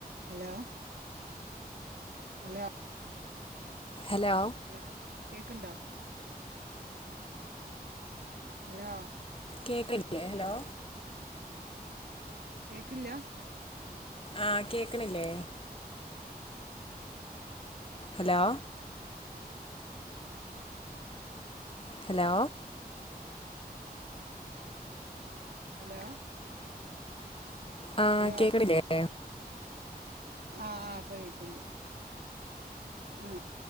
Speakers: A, on the right; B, on the left.
A: Hello hello
B: hello
A: hello കേക്കുണ്ടോ? Hello
B: കേക്ക്ല്ലേ hello
A: കേൾക്കില്ല
B: ആഹ് കേക്ക്ണില്ലേ ഹലോ ഹലോ
A: ഹലോ
B: ആ
A: ഹലോ
B: കേക്കണില്ലേ
A: ആഹ് ആഹ് ഇപ്പൊ കേക്ക്ണ്ട് ആഹ്